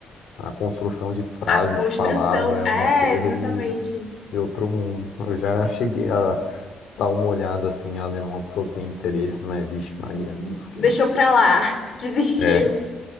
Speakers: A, on the left; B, on the left.
A: a construção de frase,
B: A construção,
A: de palavra, é
B: é,
A: uma coisa
B: exatamente.
A: de, de outro mundo. <laughs> Eu já cheguei a dar uma olhada assim em alemão porque eu tenho interesse, mas vixe Maria, não esquece.
B: deixou pra lá, <laughs> desistiu.
A: É,